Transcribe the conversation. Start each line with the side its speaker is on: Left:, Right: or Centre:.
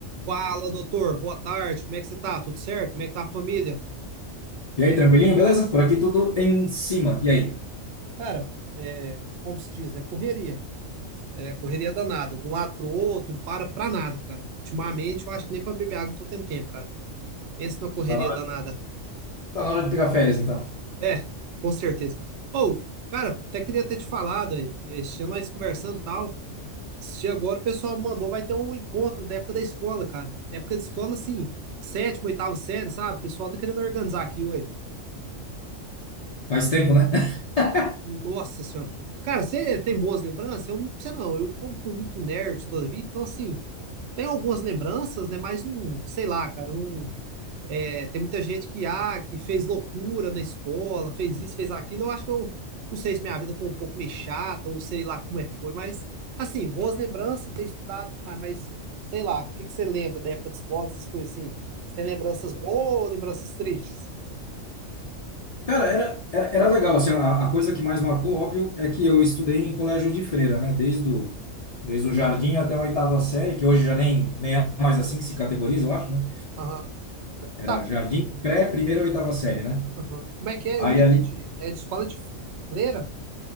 Right: Fala, doutor. Boa tarde. Como é que você tá? Tudo certo? Como é que tá a família?
Left: E aí, tranquilinho, beleza? Por aqui tudo em cima. E aí?
Right: Cara, é, como se diz, né? Correria. É, correria danada. De um lado pro outro, não para pra nada, cara. Ultimamente, eu acho que nem pra beber água não tô tendo tempo, cara. Pensa numa correria
Left: Tá na hora,
Right: danada.
Left: tá na hora de pegar férias, então.
Right: É, com certeza. Ou, cara, até queria ter te falado aí. Esse dia nós conversando e tal. Esse dia agora o pessoal mandou, vai ter um encontro da época da escola, cara. Época de escola, assim, sétima, oitava série, sabe? O pessoal tá querendo organizar aqui, ué.
Left: Faz tempo, né? <laughs>
Right: Nossa senhora. Cara, você tem boas lembranças? Eu não minto você não. Eu, como fui muito nerd toda a vida, então assim, tem algumas lembranças, né? Mas não, sei lá, cara, não. é, tem muita gente que, ah, que fez loucura na escola, fez isso, fez aquilo. Eu acho que eu não sei se minha vida foi um pouco meio chata, ou sei lá como é que foi, mas assim, boas lembranças, ter estudado e tudo mais, mas sei lá, o que que você lembra da época de escola, essas coisas assim? Você tem lembranças boas ou lembranças tristes?
Left: Cara, era, era, era legal. Assim, a, a coisa que mais marcou, óbvio, é que eu estudei em colégio de freira, né? Desde o, desde o jardim até a oitava série, que hoje já nem, nem é mais assim que se categoriza, eu acho, né?
Right: Aham. Ca-
Left: Era
Right: Tá.
Left: jardim, pré, primeira, oitava série, né?
Right: Aham. Como é que é?
Left: Aí
Right: Eu não entendi.
Left: ali,
Right: Era escola de freira?